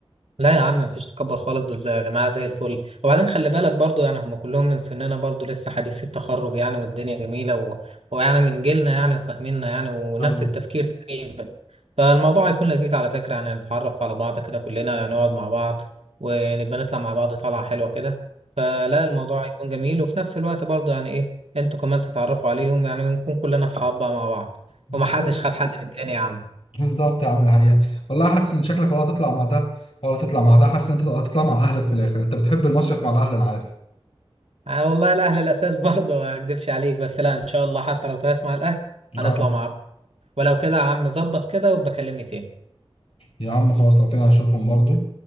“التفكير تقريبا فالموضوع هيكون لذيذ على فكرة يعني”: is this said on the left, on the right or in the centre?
Right